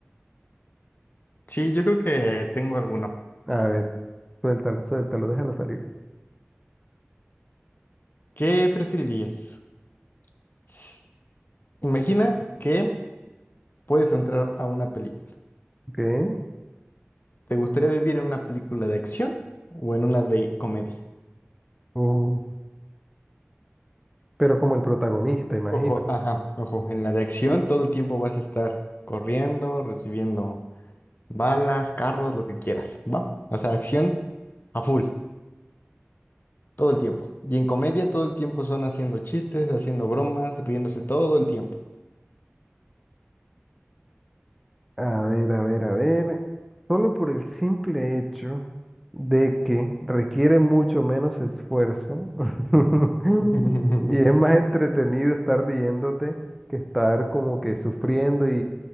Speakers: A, on the left; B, in the centre.
A: sí, yo creo que tengo alguno.
B: A ver, suéltalo, suéltalo, déjalo salir.
A: ¿Qué preferirías? S- Imagina que puedes entrar a una película.
B: Ok.
A: ¿Te gustaría vivir en una película de acción o en una de comedia?
B: Uh, pero como el protagonista, imagino.
A: Ojo, ajá, ojo, en la de acción todo el tiempo vas a estar corriendo, recibiendo balas, carros, lo que quieras, ¿va? O sea, acción a full. Todo el tiempo. Y en comedia todo el tiempo son haciendo chistes, haciendo bromas, riéndose todo el tiempo.
B: A ver, a ver, a ver. Solo por el simple hecho de que requiere mucho menos esfuerzo <laughs>
A: <laughs>
B: y es más entretenido estar riéndote que estar como que sufriendo y,